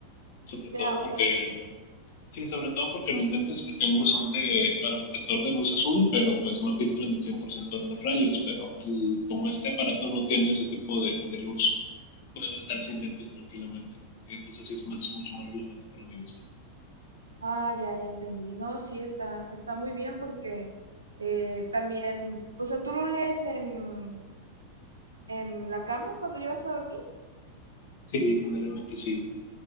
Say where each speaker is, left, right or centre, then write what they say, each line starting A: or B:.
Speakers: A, on the left; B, on the right.
A: Sobre
B: Ya,
A: todo porque
B: o sea,
A: no. Sí, sobre todo porque los lentes que tengo son de para protector de luz azul, pero pues no filtran el 100% de los rayos, pero al- como este aparato no tiene ese tipo de, de luz, puedo estar sin lentes tranquilamente. Y entonces sí es más, mucho más relajante para mi vista.
B: Ah, ya, ya entendí. No, sí, está, está muy bien porque eh, también, o sea, ¿tú lo lees en, en la cama cuando llegas a dormir?
A: Sí, generalmente sí.